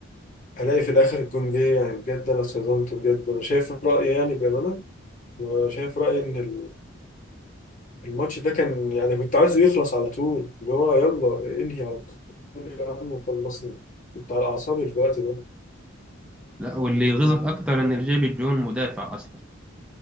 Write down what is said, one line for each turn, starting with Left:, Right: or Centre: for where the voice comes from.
Left: الاقي في الاخر الجون جه يعني بجد انا اتصدمت بجد انا شايف رايي يعني بامانه أنا شايف رايي ان ال- الماتش ده كان يعني كنت عايزه يخلص على طول اللي هو يلا انهي على طول يا عم وخلصني كنت على اعصابي في الوقت ده
Centre: لا واللي يغيظك اكتر ان الجيبي جون مدافع اصلا